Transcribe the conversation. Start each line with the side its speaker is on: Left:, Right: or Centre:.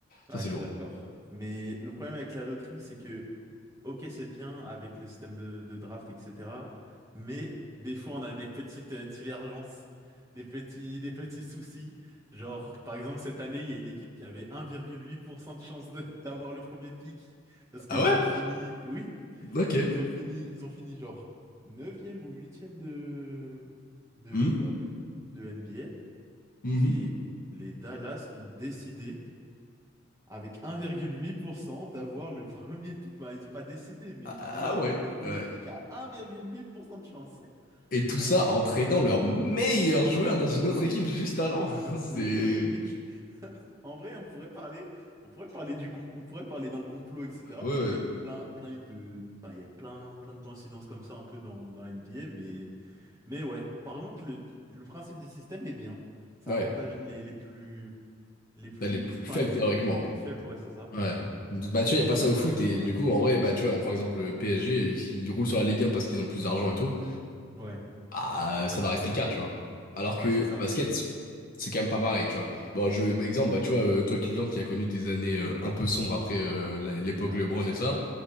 Right: Ah,
Left: ça, c'est
Right: je
Left: lourd.
Right: suis d'accord. Mais le problème avec la loterie, c'est que ok, c'est bien avec le système de, de draft, etc. Mais des fois, on a des petites euh, divergences, des petits, des petits soucis. Genre, par exemple, cette année, il y a une équipe qui avait un virgule huit pour cent de chance de- <laughs> d'avoir le premier pick parce qu'ils
Left: Ah ouais?
Right: ont fini, oui,
Left: Ok.
Right: ils ont fini, ils ont fini genre neuvième ou huitième de, de,
Left: Hmm.
Right: bah, du, de NBA.
Left: Mhm.
Right: Et les Dallas ont décidé avec un virgule huit pour cent d'avoir le premier pic. Bah, ils n'ont pas décidé, mais
Left: Ah
Right: ils ont eu
Left: ouais,
Right: le premier
Left: ouais.
Right: pic à un virgule huit pour cent de chance.
Left: Et tout
Right: Bon,
Left: ça en tradant leur meilleur joueur dans une
Right: oui,
Left: autre équipe juste avant.
Right: <laughs>
Left: <laughs> C'est.
Right: oui, oui, oui. En vrai, on pourrait parler, on pourrait parler du, com- on pourrait parler d'un complot, etc.
Left: Ouais,
Right: Parce
Left: ouais.
Right: qu'il y avait plein, plein de, enfin, il y avait plein, plein de coïncidences comme ça un peu dans, dans la NBA, mais, mais ouais. Par contre, le, le principe du système est bien. Ça
Left: Ouais.
Right: avantage les, les plus, les plus,
Left: Bah, Les plus
Right: enfin,
Left: faibles
Right: les
Left: théoriquement.
Right: équipes les plus faibles, ouais, c'est ça.
Left: Ouais. Donc, Bah, tu vois, il
Right: Et
Left: n'y a pas ça
Right: euh,
Left: au foot. Et
Right: voilà.
Left: du coup, en vrai, bah, tu vois, on prend exemple le PSG, ils roulent sur la Ligue 1 parce qu'ils ont plus d'argent et tout.
Right: Ouais,
Left: Ah, ça va rester le cas, tu vois. Alors que
Right: ouais, c'est ça.
Left: au basket, c'est quand même pas pareil, tu vois. Bon, je, exemple, bah, tu vois, euh, toi, Cleveland, qui a connu des années euh, un peu sombres après euh, la- l'époque
Right: Ah,
Left: LeBron
Right: bien sûr.
Left: et tout ça.